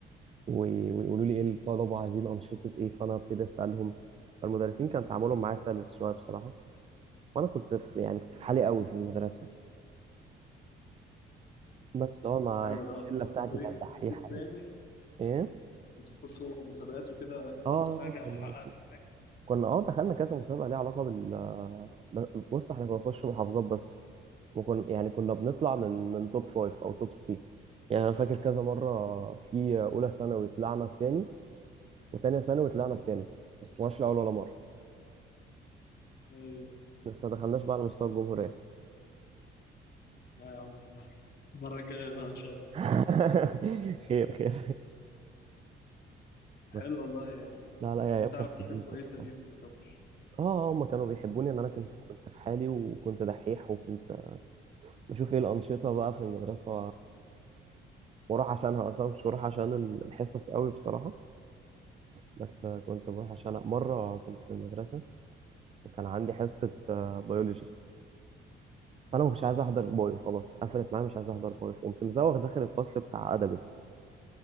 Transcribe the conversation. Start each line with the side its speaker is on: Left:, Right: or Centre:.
Right: و... ويقولوا لي إيه الطلبة عايزين أنشطة إيه فأنا أبتدي أسألهم فالمدرسين كان تعاملهم معايا سلس شوية بصراحة وأنا كنت في يعني كنت في حالي قوي في المدرسة بس اللي هو مع
Left: طب حلو ده
Right: الشلة
Left: كنت
Right: بتاعتي
Left: ايه
Right: كانت
Left: كسبت
Right: دحيحة
Left: يعني
Right: يعني. إيه؟
Left: كنت تخشوا مسابقات وكده كسبتوا
Right: آه
Left: حاجة
Right: كنا
Left: او حققتوا حاجة؟
Right: كنا اه دخلنا كذا مسابقه ليها علاقه بال ب- بص احنا كنا نخش محافظات بس وكنا يعني كنا بنطلع من من توب فايف او توب 3 يعني انا فاكر كذا مره في اولى ثانوي طلعنا التاني وتانية ثانوي طلعنا التالت بس طلعناش الاول ولا مره
Left: ايوه
Right: لسه ما دخلناش بقى على مستوى الجمهوريه
Left: لا يا عم <laughs> المرة الجاية بقى ان شاء الله
Right: <laughs> خير خير
Left: بس
Right: بس
Left: حلو والله يعني
Right: لا لا يا
Left: يعني
Right: ايام
Left: انت
Right: كانت
Left: علاقتك
Right: لذيذه
Left: كانت كويسة
Right: بصراحه
Left: بيهم يعتبر
Right: اه آه، هما كانوا بيحبوني ان انا كنت كنت في حالي وكنت دحيح وكنت بشوف ايه الانشطه بقى في المدرسه بروح عشانها اصلا مش بروح عشان ال- الحصص قوي بصراحه بس آه، كنت بروح عشان مره كنت في المدرسه وكان عندي حصه آه، بيولوجي فانا ما كنتش عايز احضر بايو خلاص قفلت معايا مش عايز احضر بايو فقمت مزوغ داخل الفصل بتاع ادبي